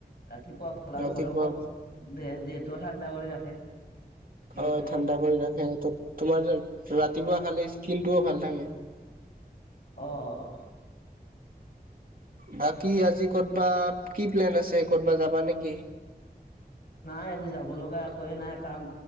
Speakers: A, on the left; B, on the right.
A: ৰাতিপুৱা ভাল আৰু
B: ৰাতিপুৱা
A: গৰমত দে দেহটোয় ঠাণ্ডা কৰি ৰাখে। তিয়হটোই
B: হয় ঠাণ্ডা কৰি ৰাখে তোমাৰ ৰাতিপুৱা খালে। কিন্তুও ভাল থাকে
A: অ অ অ
B: বাকী আজি ক'তবা কি প্লেন আছে ক'তবা যাবা নেকি?
A: নাই আজি যাব লগা একোৱে নাই কাম